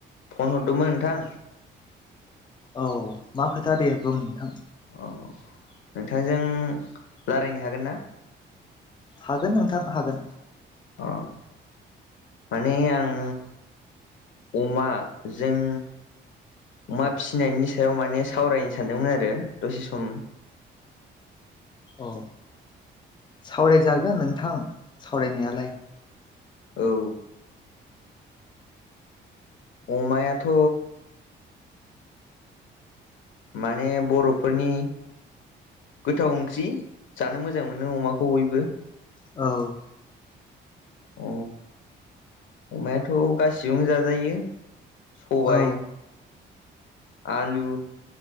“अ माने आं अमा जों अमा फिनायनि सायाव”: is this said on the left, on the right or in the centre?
Left